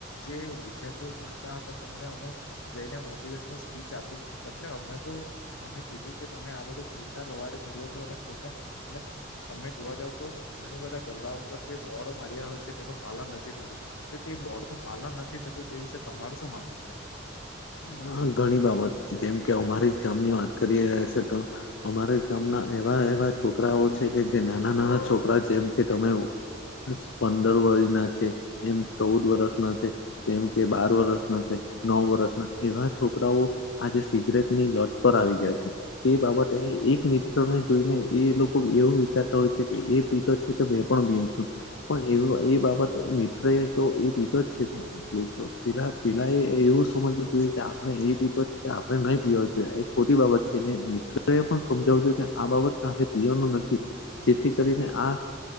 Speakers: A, on the left; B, on the left.
A: જે વિદ્યાર્થીઓ ભણતા હતા તેમને અમે જઈને મોટિવેશન સ્પીચ આપી એટલે અમે તો અમે કીધું કે તમે આ બધું ખોટા લોવાર્ડ કર્યા છો અને ખોટા અને તમે જોવા જાવ તો ઘણી બધા ગલ્લા ઉપર જે બોડો માર્યા હોય છે તેનું પાલન નથી થતું કે તે બોર્ડનું પાલન નથી થતું તે વિશે તમારે શું માનવું છે
B: હા ઘણી બાબત છે. જેમ કે અમારી જ ગામની વાત કરી્યા છે, તો અમારા ગામના એવા એવા છોકરાઓ છે, કે જે નાના નાના છોકરા જેમ કે તમે પંદર વય ના છે. એમ ચૌદ વર્ષના છે. જેમ કે બાર વર્સના છે. નવ વર્ષના એવા છોકરાઓ આજે સિગરેટ ની લટ પર આવી ગયા છે. તે બાબતે એક મિત્રને જોઈને એ લોકો એવું વિચારતા હોય છે. કે એ પિ એ તો મે પણ બીમ છું પણ એ એ બાબત મિત્ર એ તો એ પીધ જ છે પણ પેલા પેલા એ એવું સમજમાં જોઈએ કે આપણે એ પીતો છ છેએ આપણે નહીં પીવા જોઈએ એ ખોટી બાબત છેને. મિત્રો એ પણ સમજાવુંજું કે આ બાબત પીવાનું નથી જેથી કરીને આ